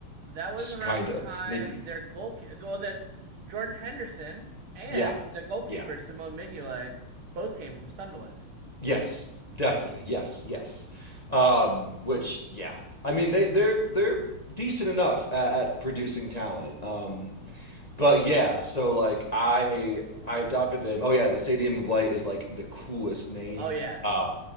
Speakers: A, on the right (about 70°); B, on the left (about 20°).
A: That was
B: s-
A: around
B: kind
A: the
B: of
A: time
B: maybe
A: their goal, well, that Jordan Henderson and
B: yeah
A: the goalkeeper,
B: yeah
A: Simone Mignolet, both came from Sunderland.
B: yes definitely yes yes um which yeah i mean they they're they're decent enough at, at producing talent um but yeah so like i i adopted them oh yeah the stadium of light is like the coolest name
A: Oh, yeah.
B: um